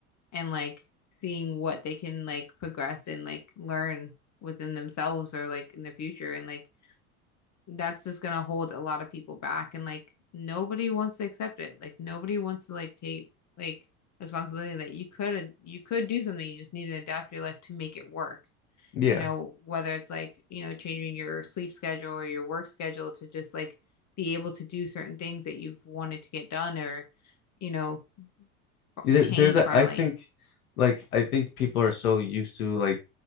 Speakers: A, on the left; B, on the left.
A: and like seeing what they can like progress and like learn within themselves or like in the future. And like that's just going to hold a lot of people back. And like nobody wants to accept it. Like nobody wants to like take like responsibility that you could, you could do something. You just need to adapt your life to make it work
B: Yeah.
A: you know, whether it's like, you know, changing your sleep schedule or your work schedule to just like be able to do certain things that you've wanted to get done or, you know, f
B: There,
A: change
B: there's a,
A: finally.
B: I think like I think people are so used to like